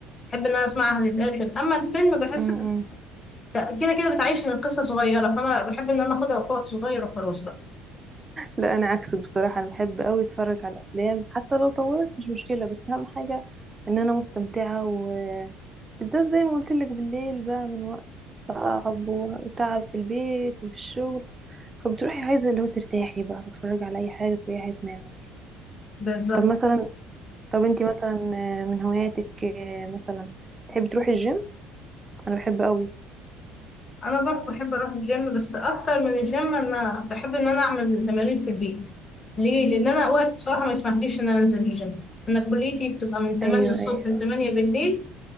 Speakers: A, on the left (about 30°); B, on the right (about 15°).
A: بحب ان انا اسمعها للاخر اما الفيلم بحس
B: امم
A: كده كده بتعيش من القصه صغيره فانا بحب ان انا اخدها في وقت صغير وخلاص بقى
B: لا انا عكسك بصراحه انا بحب قوي اتفرج على الافلام حتى لو طولت مش مشكله بس اهم حاجه ان انا مستمتعه وبالذات زي ما قلت لك بالليل بقى من وقت صعب وتعب في البيت وفي الشغل فبتروحي عايزه اللي هو ترتاحي بقى تتفرجي على اي حاجه تريحي دماغك
A: بالظبط
B: طب مثلا طب انتي مثلا آه، من هواياتك آه، مثلا بتحبي تروحي الجيم انا بحب قوي
A: انا برضه بحب اروح الجيم بس اكتر من الجيم انا بحب ان انا اعمل تمارين في البيت ليه لان انا وقت بصراحه ما يسمحليش ان انا انزل الجيم انا كليتي بتبقى من 8
B: ايوه
A: الصبح
B: ايوه
A: ل 8 بالليل